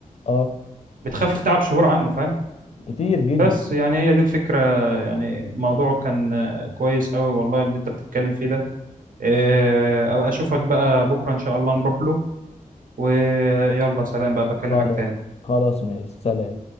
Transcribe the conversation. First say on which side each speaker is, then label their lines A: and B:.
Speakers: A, on the left; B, on the right.
A: اه
B: بتخفف تعب شهور عنه فاهم
A: كتير جدا
B: بس يعني هي دي الفكرة يعني موضوعه كان آه، كويس قوي والله اللي انت بتتكلم فيه ده آه، ابقى اشوفك بقى بكرة ان شاء الله نروح له ويلا سلام بقى بكلمك
A: خلاص
B: تاني
A: خلاص ماشي سلام